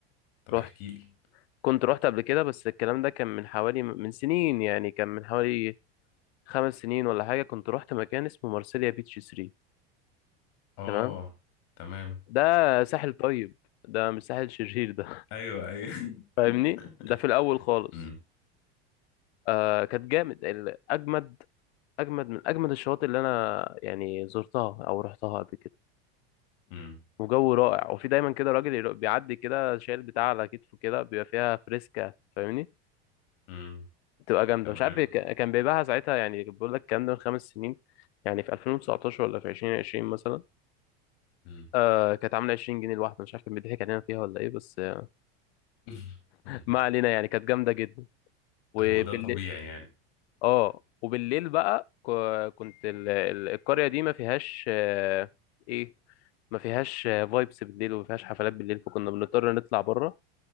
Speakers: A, on the left (about 60°); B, on the left (about 85°).
A: طب
B: رحت
A: احكي لي
B: كنت رحت قبل كده بس الكلام ده كان من حوالي من سنين يعني كان من حوالي خمس سنين ولا حاجة كنت رحت مكان اسمه مارسيليا بيتش 3
A: اه
B: تمام
A: تمام
B: ده ساحل طيب ده مش ساحل شرير ده
A: ايوه ايوه
B: <laughs>
A: <laughs>
B: فاهمني ده في الأول خالص
A: امم
B: آه كانت جامد ال- أجمد أجمد من أجمد الشواطئ اللي أنا يعني زرتها أو رحتها قبل كده
A: امم
B: وجو رائع وفي دايما كده راجل ير- بيعدي كده شايل بتاع على كتفه كده بيبقى فيها فريسكا فاهمني
A: امم
B: تبقى جامده
A: تمام
B: مش عارف ك- كان بيبيعها ساعتها يعني بقول لك الكلام ده من خمس سنين يعني في 2019 ولا في 2020 مثلا
A: امم
B: آه كانت عامله 20 جنيه الواحده مش عارف كان بيضحك علينا فيها ولا ايه بس آه،
A: <laughs>
B: ما علينا يعني كانت جامده جدا وبالليل
A: هو ده طبيعي يعني
B: اه وبالليل بقى ك- كنت ال... ال- القريه دي ما فيهاش آه، ايه ما فيهاش فايبس بالليل وما فيهاش حفلات بالليل فكنا بنضطر نطلع بره